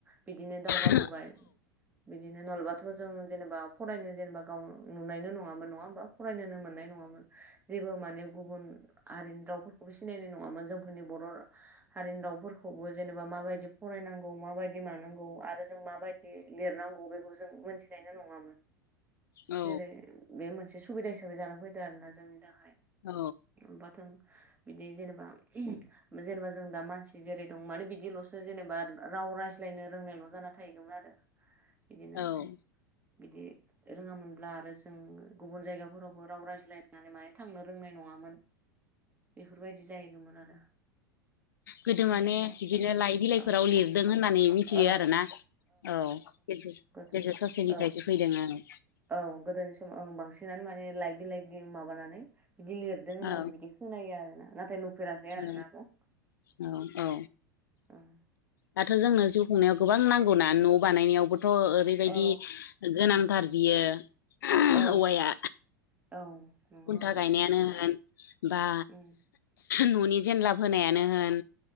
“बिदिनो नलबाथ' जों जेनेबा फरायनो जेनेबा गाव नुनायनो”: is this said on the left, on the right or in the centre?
Right